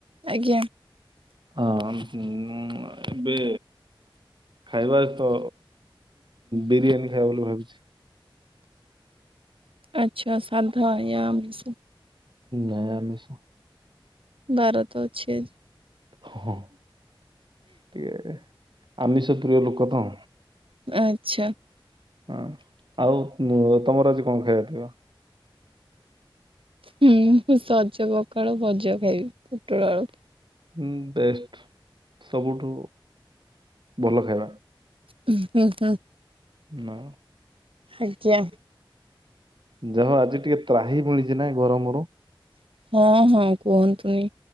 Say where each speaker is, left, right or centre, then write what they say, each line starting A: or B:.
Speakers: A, on the right (about 80°); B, on the right (about 60°).
A: ଆଜ୍ଞା।
B: ହଁ ହୁ ଏବେ ଖାଇବା ତ ବିରିୟାନୀ ଖାଇବା ବୋଲି ଭାବିଚି।
A: ଆଚ୍ଛା ସାଧା ବା ଆମିଷ।
B: ନାଇଁ ଆମିଶ।
A: ବାର ତ ଅଛି ଆଜି।
B: ହଁ ଇଏରେ ଆମିଷ ପ୍ରିୟ ଲୋକ ତ।
A: ଆଚ୍ଛା।
B: ହଁ ଆଉ ତମର ଆଜି କଣ ଖାଇବା ପିବା।
A: ହୁଁ ସଜ ପକାଳ ଭଜା ଖାଇବି ପୋଟଳ ଆଳୁ।
B: ହୁଁ ବେଷ୍ଟ ସବୁଠୁ ଭଲ ଖାଇବା।
A: ହଁ ହ ହ
B: ନା।
A: ଆଜ୍ଞା।
B: ଯାହା ହୋଉ ଆଜି ଟିକେ ତ୍ରାହି ମିଳିଚି ନାଇଁ ଗରମରୁ।
A: ହଁ ହଁ କୁହନ୍ତୁନି